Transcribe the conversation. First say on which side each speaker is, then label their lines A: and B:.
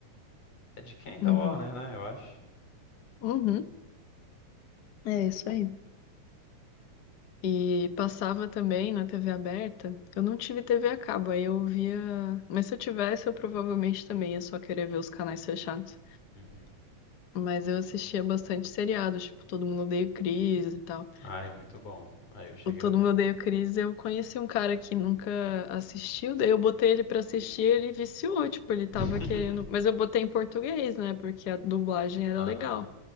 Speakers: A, on the left; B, on the left.
A: É de quem? Da
B: Uhum.
A: Warner, né? Eu acho.
B: Uhum. É isso aí. E passava também na TV aberta. Eu não tive TV a cabo, aí eu via. Mas se eu tivesse, eu provavelmente também ia só querer ver os canais fechados.
A: Uhum.
B: Mas eu assistia bastante seriado, tipo, Todo Mundo Odeia o Chris e tal.
A: Ah, é muito bom. Aí eu cheguei
B: o Todo
A: a ver.
B: Mundo Odeia o Chris, eu conheci um cara que nunca assistiu, daí eu botei ele pra assistir, ele viciou, tipo, ele tava
A: <laughs>
B: querendo, mas eu botei em português, né, porque a dublagem era
A: Aham.
B: legal,